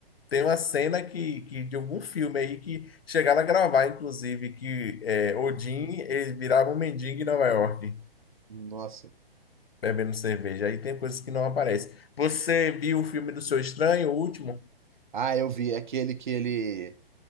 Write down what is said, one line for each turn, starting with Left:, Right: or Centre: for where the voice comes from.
Left: tem uma cena que, que de algum filme aí que chegaram a gravar, inclusive, que é, Odin ele virava um mendigo em Nova York,
Right: Nossa.
Left: bebendo cerveja. Aí tem coisas que não aparecem. Você viu o filme do Seu Estranho, o último?
Right: Ah, eu vi. É aquele que ele.